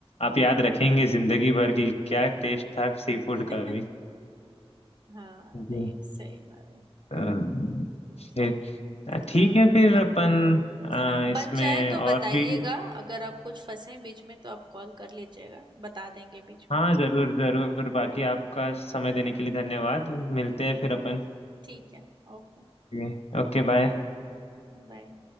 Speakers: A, on the left; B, on the right.
A: आप याद रखेंगे जिंदगी भर की क्या टेस्ट था सी फूड
B: <laughs>
A: का भी
B: हाँ
A: जी।
B: नहीं सही बात है
A: अ, फिर
B: चलिए
A: ठीक
B: हाँ
A: है फिर
B: अब
A: अपन अ,
B: हाँ
A: इसमें
B: बन जाए तो
A: और
B: बताइएगा
A: भी
B: अगर आप कुछ फंसे बीच में तो आप कॉल कर लीजिएगा बता देंगे बीच में
A: हाँ
B: ही।
A: जरूर जरूर बाकी आपका समय देने के लिए धन्यवाद मिलते हैं
B: हाँ
A: फिर अपन
B: ठीक है ओके
A: जी Okay bye
B: बाय